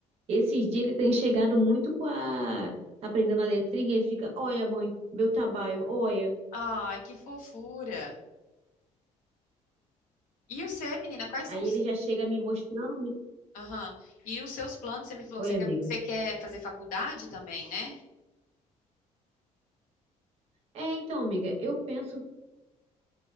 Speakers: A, on the right (about 50°); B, on the left (about 85°).
A: Esses dias ele tem chegado muito com a. Tá aprendendo a letrinha, ele fica, olha, mãe, meu trabalho, olha.
B: Ai, que fofura. E o você, menina, quais são
A: Aí
B: os...
A: ele já chega me mostrando.
B: Aham. E os seus planos? Você me falou
A: Oi,
B: que você
A: amiga.
B: quer, você quer fazer faculdade também, né?
A: É, então, amiga, eu penso